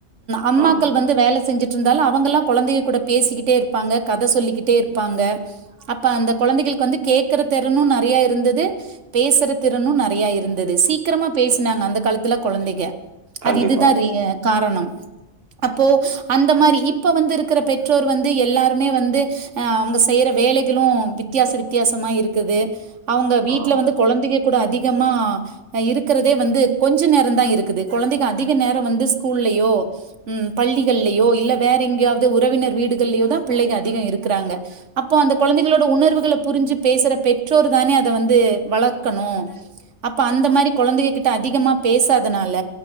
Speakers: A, on the right; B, on the right.
A: அம்மாக்கள்
B: ம்
A: வந்து வேல செஞ்சுட்டு இருந்தால் அவங்கல்லா குழந்தை கூட பேசிக்கிட்டே இருப்பாங்க கத சொல்லிக்கிட்டே இருப்பாங்க அப்ப அந்த குழந்தைகளுக்கு வந்து கேட்கற திறனும் நிறைய இருந்தது பேசுற திறனும் நிறைய இருந்தது சீக்கிரமா பேசினாங்க அந்த காலத்துல குழந்தெங்க
B: கண்டிப்பா
A: அது இதுதா ரி காரணம் அப்போ அந்த மாதிரி இப்ப வந்து இருக்கிற பெ ற்றோர் வந்து எல்லாருமே வந்து அ அவங்க செய்யற வேலைகளும் வித்தியாச வித்தியாசமா இருக்குது அவங்க வீட்டுல
B: ம்
A: வந்து குழந்தைக கூட அதிகமா இருக்கிறதே வந்து கொஞ்ச நேரம் தா இருக்குது குழந்தை அதிக நேரம் வந்து ஸ்கூல்லயோ பள்ளிகள்லயோ இல்ல வேற எங்கேயாவது உறவினர் வீடுகள்யோ தா பிள்ளைக அதிகம் இருக்கிறாங்க அப்போ அந்த குழந்தைகளோட உணர்வுகள புரிஞ்சு பேசுற பெற்றோர் தானே அத வந்து வளர்க்கணும் அப்ப அந்த மாரி குழந்தைக கிட்ட அதிகமா பேசாதனால